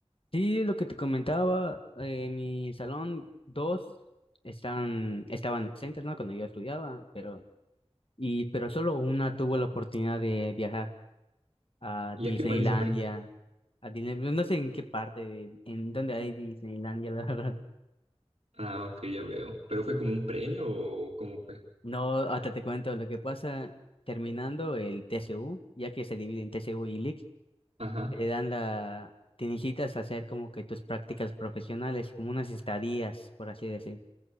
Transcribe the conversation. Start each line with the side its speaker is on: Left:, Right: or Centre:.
Left: Sí, lo que te comentaba, eh, en mi salón dos están, estaban exentos, ¿no? Cuando yo estudiaba, pero... Y, pero solo una tuvo la oportunidad de viajar a
Right: ¿Y
Left: Disneylandia,
Right: a qué país se fue?
Left: a Disney, no no sé en qué parte, de- en dónde hay Disneylandia, <laughs> la verdad.
Right: Ah, ok, ya veo. ¿Pero fue como un premio o cómo fue?
Left: No, hasta te cuento lo que pasa terminando el TCU, ya que se divide en TCU y LIC,
Right: Ajá,
Left: te dan la, te necesitas hacer como que tus prácticas profesionales, como unas estadías, por así decir,